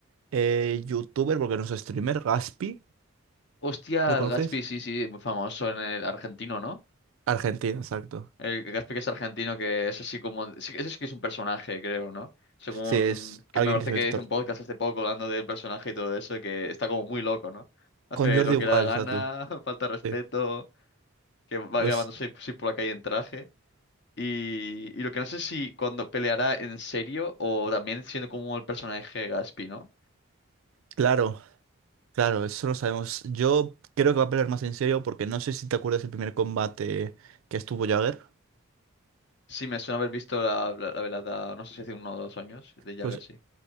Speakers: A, on the right; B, on the left.
A: eh, youtuber, porque no es streamer, Gaspi.
B: Hostia,
A: ¿Lo
B: el
A: conoces?
B: Gaspi, sí, sí, muy famoso en el argentino, ¿no?
A: Argentina, exacto.
B: El Gaspi que es argentino, que es así como... sí, Ese sí que es un personaje, creo, ¿no? Según...
A: Sí, es
B: Que
A: alguien
B: me parece
A: que se
B: que
A: mete tor.
B: hizo un podcast hace poco hablando del personaje y todo eso, que está como muy loco, ¿no? Hace
A: Con Jordi
B: lo
A: igual,
B: que le da la gana,
A: exacto.
B: <laughs> falta respeto,
A: Sí.
B: que va
A: Pues
B: grabándose así por la calle en traje. Y, y lo que no sé si cuando peleará en serio o también siendo como el personaje Gaspi, ¿no?
A: claro, claro, eso lo sabemos. Yo creo que va a pelear más en serio porque no sé si te acuerdas el primer combate que estuvo Jagger.
B: Sí, me suena haber visto la, la, la velada, no sé si hace uno o dos años, de Jagger,
A: Pues,
B: sí.